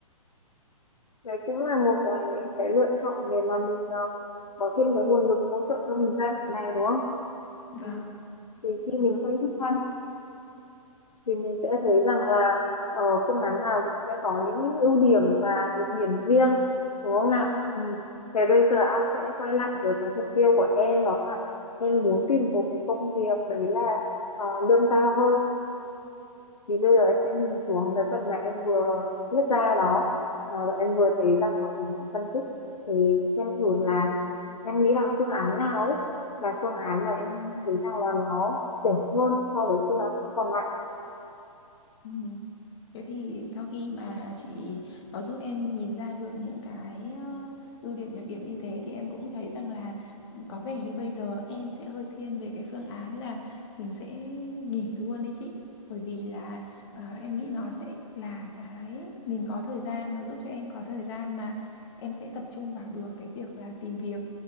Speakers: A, on the left; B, on the left.
A: đấy cũng là một cái cái lựa chọn để mà mình ờ, có thêm cái nguồn lực hỗ trợ cho mình giai đoạn này đúng không?
B: vâng
A: Ừ. Thì khi mình
B: Đấy.
A: phân tích hơn thì mình sẽ thấy rằng là ờ, phương án nào cũng sẽ có những ưu điểm và nhược điểm riêng đúng không nào ừ. Thế bây giờ An sẽ quay lại với cái mục tiêu của em đó là em muốn tìm một cái công việc đấy là ờ, lương cao hơn thì bây giờ em sẽ nhìn xuống cái phần mà em vừa viết ra đó Ờ, em vừa thấy rằng mà cùng chị phân tích thì xem thử là em nghĩ là phương án nào ấy là phương án mà em thấy rằng là nó đẹp hơn so với phương án còn lại
B: Ừ. Thế thì sau khi mà chị có giúp em nhìn ra được những cái ờ, ưu điểm nhược điểm như thế thì em cũng thấy rằng là có vẻ như bây giờ em sẽ hơi thiên về cái phương án là mình sẽ nghỉ luôn đấy chị. Bởi vì là ờ, em nghĩ nó sẽ là cái mình có thời gian, nó giúp cho em có thời gian mà em sẽ tập trung vào được cái việc là tìm việc.